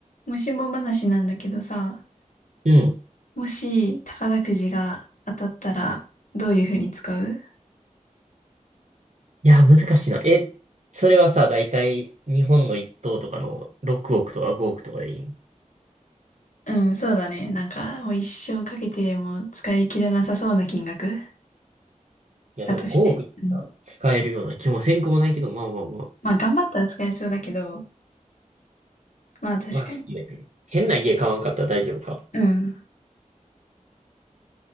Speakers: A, on the left (about 75°); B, on the right (about 60°).
A: もしも話なんだけどさ、
B: うん。
A: もし宝くじが当たったらどういう風に使う
B: いや、難しいな。え、それはさ、だいたい日本の一等とかの6億とか5億とかでいいの
A: うん、そうだね。なんかもう一生かけても使い切れなさそうな金額
B: いや、
A: だとして。
B: でも5億さ使えるような気もせんくもないけど、
A: うん。
B: まあまあまあ。
A: まあ頑張ったら使えそうだけど、まあ確かに。
B: まあ好きだけど。変な家買わんかったら大丈夫か。
A: うん。